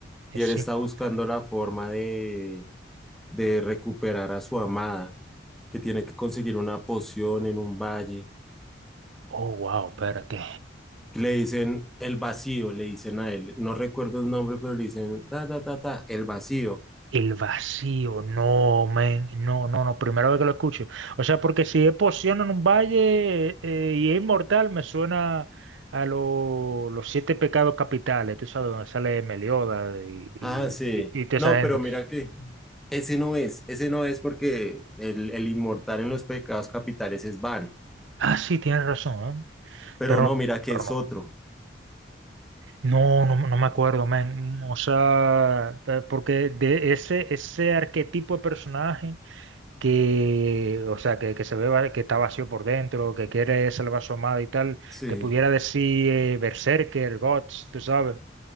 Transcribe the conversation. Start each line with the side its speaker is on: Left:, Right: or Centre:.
Right: Es
Centre: Y él está
Right: inmortal.
Centre: buscando la forma de de recuperar a su amada, que tiene que conseguir una poción en un valle,
Right: Oh, wow, espérate.
Centre: que le dicen el vacío, le dicen a él, no recuerdo el nombre, pero le dicen, ta, ta, ta, ta, el vacío.
Right: El vacío, no, men, no, no, no, primera vez que lo escucho. O sea, porque si es poción en un valle eh, y es inmortal, me suena a lo- los siete pecados capitales, tú sabes, donde sale Meliodas y,
Centre: Ah, sí.
Right: y, y- y toda esa
Centre: No,
Right: gente.
Centre: pero mira que ese no es, ese no es porque el, el inmortal en los pecados capitales es Van,
Right: Ah, sí, tienes razón, ¿eh?
Centre: pero
Right: Pero,
Centre: no,
Right: no,
Centre: mira que
Right: pero
Centre: es
Right: no.
Centre: otro.
Right: No, no, no me acuerdo, men. O sea, pe- porque de ese, ese arquetipo de personaje. que, o sea, que, que se ve va- que está vacío por dentro, que quiere ser vasomado y tal,
Centre: Sí,
Right: te pudiera decir eh, Berserker, Guts, tú sabes,